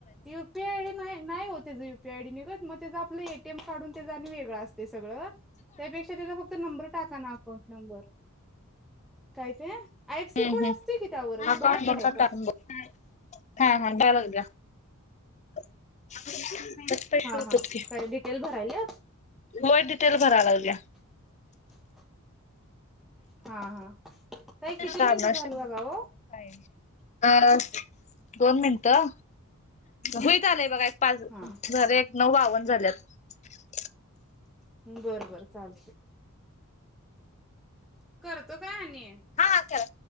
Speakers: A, in the centre; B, on the left.
A: यु. पी. आय आयडी नाही नाही हो तेज यु. पी आयडी निघत मग तेज आपलं ए. टी. एम काढून तेज आणि वेगळ असत ते सगळं त्यापेक्षा त्याचा फक्त नंबर टाका ना अकाउंट नंबर. काय ते? आय. एफ. सी
B: हम्म
A: कोड असतोय कि त्यावरच
B: हम्म अकाउंट
A: बघा कि
B: नंबर
A: हाय काय?
B: टाकून बघ हा हा द्याय लागल्या <inaudible> पैसे
A: हा
B: येत्यात
A: हा
B: की
A: काय डिटेल भरायल्यात
B: होय डिटेल भराय लागल्या
A: <inaudible> हा हा ताई किती
B: साबणाला
A: मिनिटं
B: शंभर
A: झाल बघा
B: रुपये भरायल्यात
A: ओ.
B: कायमच्या अ दोन मिनटं होईत आलंय बघा एक पाच
A: हा
B: झाल एक नऊ बावन्न झाल्यात
A: बरं बर चालते. करतो काय आणि.
B: हा हा करा.